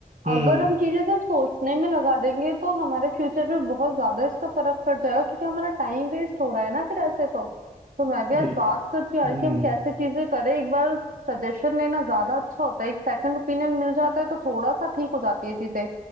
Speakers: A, on the right (about 45°); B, on the right (about 65°).
A: हम्म
B: अगर हम चीजें सिर्फ सोचने में लगा देंगे तो हमारे फ्यूचर पे बहुत ज्यादा इसका फर्क पड़ जाएगा क्योंकि हमारा टाइम वेस्ट हो रहा है ना फिर ऐसे तो तो मैं
A: हम्म,
B: भी आज
A: भाई
B: बात करती हूँ यार
A: हम्म
B: कि हम कैसे चीजें करें एक बार सजेशन लेना ज्यादा अच्छा होता है एक सेकंड ओपिनियन मिल जाता है तो थोड़ा सा ठीक हो जाती है चीजें